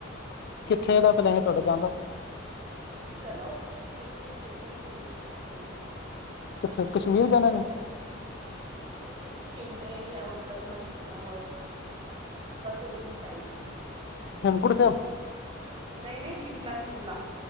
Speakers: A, on the left; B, on the right.
A: ਕਿੱਥੇ ਦਾ ਪਲੇਨ ਏ ਤੁਹਾਡਾ ਜਾਣ ਦਾ?
B: ਚਲੋ, ਹਿਲਸ ਸਟੇਸ਼ਨ ਚਲਸ- ਚੱਲੇ ਆ।
A: ਕਿੱਥੇ ਕਸ਼ਮੀਰ
B: ਕਿੰਨੇ
A: ਜਾਣਾ ਨੇ
B: ਹਿ। ਨਹੀਂ-ਨਹੀਂ ਸ਼ਿਮਲੇ ਜਾਂ ਉਧਰ ਮਨ ਅ ਕਸੋਲੀ ਸਾਈਡ।
A: ਹੇਮਕੁੰਟ ਸਾਹਿਬ।
B: ਨਹੀਂ-ਨਹੀਂ, ਸ਼ਿਮਲਾ-ਸ਼ਿਮਲਾ